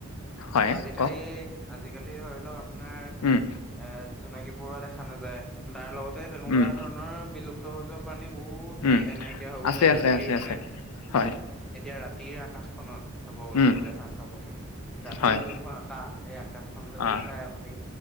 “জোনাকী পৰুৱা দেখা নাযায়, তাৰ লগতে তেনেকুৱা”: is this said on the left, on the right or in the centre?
Centre